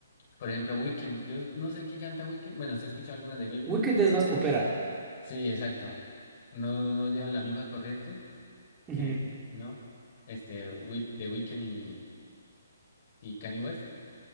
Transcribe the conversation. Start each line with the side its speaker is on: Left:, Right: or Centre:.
Left: por ejemplo, Weekend, yo no sé qué canta Weekend, bueno, sí he escuchado algunas de Weekend,
Right: Weekend
Left: pero
Right: es más popera.
Left: sí, exacto. No, no llevan la misma corriente
Right: Ujú.
Left: que, ¿no? Este, Week, de Weekend y, y Kanye West.